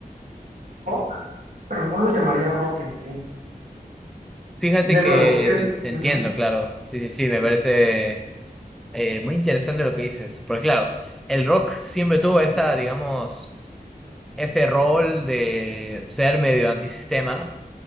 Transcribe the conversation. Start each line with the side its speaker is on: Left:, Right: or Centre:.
Right: rock, pero no lo llamaría rock en sí.
Centre: Fíjate
Right: De
Centre: que
Right: nuevo, es,
Centre: te, te entiendo,
Right: ujú,
Centre: claro. Sí, sí, sí, me parece eh, muy interesante lo que dices. Porque claro, el rock siempre tuvo esta, digamos, este rol de ser medio antisistema,